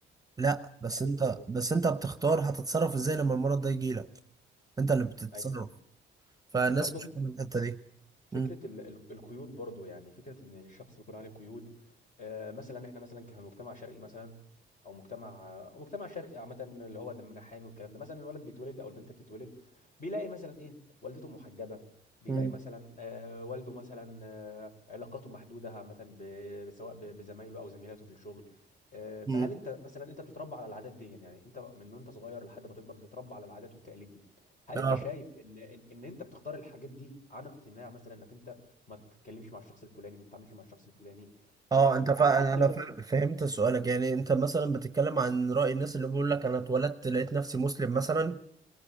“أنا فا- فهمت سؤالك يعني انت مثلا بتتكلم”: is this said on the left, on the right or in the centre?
Right